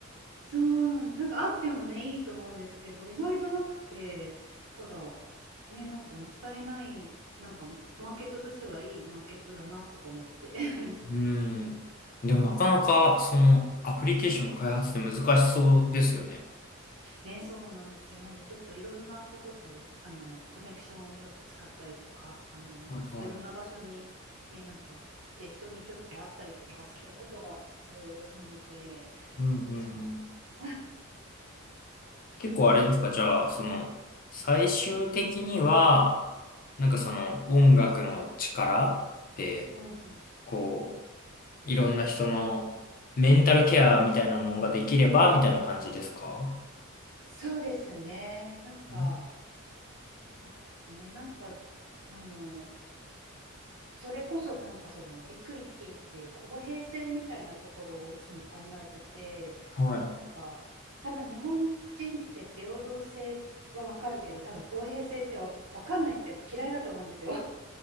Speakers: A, on the right; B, on the left.
A: そうなんです。なんかあってもね、いいと思うんですけど、意外となくて、だから、ね、なんかもったいない、なんかマーケットとしてはいいマーケットだなとか思って <laughs>
B: うん。でもなかなか、その、アプリケーションの開発って難しそうですよね。
A: ね、そうなんですよ。なんで、ちょっといろんなとこと、あの、コネクションをちょっと使ったりとか、あの、
B: はい。
A: ちょっといろんな場所に、
B: はい。
A: えーなんか行って、人にちょっと会ったりとかすることが必要なので、
B: うんうん
A: そうなんですよ。
B: 結構あれですか、じゃあ、その、最終的には、なんかその音楽の力って、
A: <laughs> うんうん、
B: こう、いろんな人のメンタルケアみたいなものができれば、みたいな感じですか
A: そうですね。なんか、
B: ん
A: なんていうんですかね。なんか、あの、それこそなんかそのイクイティっていう公平性みたいなところをいつも考えてて、
B: はい。
A: なんか多分日本人って平等性はわかるけど多分公平性ってわ、かんないっていうか嫌いだと思うんですよ。